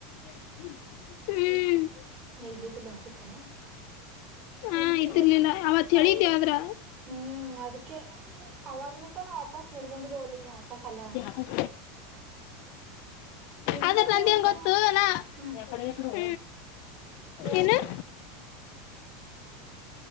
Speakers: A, on the left; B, on the right.
A: ಹುಂ
B: ನೀ ಇದ್ದಿದ್ದಿಲ್ ಅನ್ಸುತ್ತ್
A: ಹಾ
B: ನಿಂತಿದ್ದೇನಾ
A: ಇದಿರ್ಲಿಲ್ಲ ಅವತ್
B: ನಾವು
A: ಹೇಳಿದ್ದೆ
B: ರು
A: ಆದ್ರ
B: ಹುಂ ಅದಕ್ಕೆ ಅವಾಗ್ ನಿಂತ ನಾವು ವಾಪಾಸ್ ನಿಡಗುಂದಿಗೆ ಹೋಗಲಿಲ್ಲಾ ನಾ ವಾಪಾಸ್ ಅಲ್ಲೇ
A: ಹುಂ
B: ನಿಡ್ಗುಂದಿ
A: ಅದ್ರ ನನಗೇನ
B: ಅಂತ
A: ಗೊತ್ತು
B: ಹ್ಞೂ
A: ಎಕಡೆ ಹುಂ
B: ಹೇಳು
A: ಎನ್ನ್